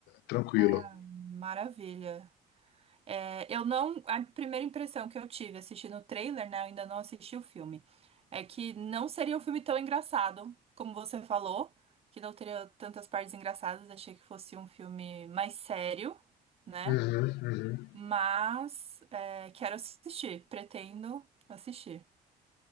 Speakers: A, on the left; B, on the right.
A: Tranquilo.
B: Ah, maravilha. É, eu não. A primeira impressão que eu tive assistindo o trailer, né? Eu ainda não assisti o filme. É que não seria um filme tão engraçado, como você falou, que não teria tantas partes engraçadas. Achei que fosse um filme mais sério, né?
A: Uhum, uhum.
B: Mas é, quero assistir, pretendo assistir.